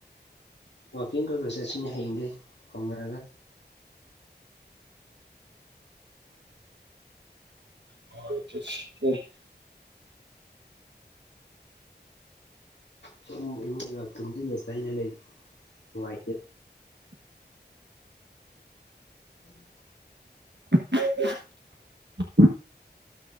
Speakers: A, on the left; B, on the right.
A: ꯋꯥꯛꯀꯤꯡ ꯈꯔ ꯈꯔ ꯆꯠꯁꯤꯅꯦ ꯍꯌꯦꯡꯗꯩ ꯍꯧꯅꯔꯒ
B: ꯍ ꯁꯤ <unintelligible>
A: ꯁꯨꯝ ꯏꯃꯨꯡꯗ ꯇꯨꯡꯁꯤꯜꯂ ꯆꯩꯅ ꯂꯩꯕ ꯅꯨꯡꯉꯥꯏꯇꯦ ꯎꯝ
B: <inaudible>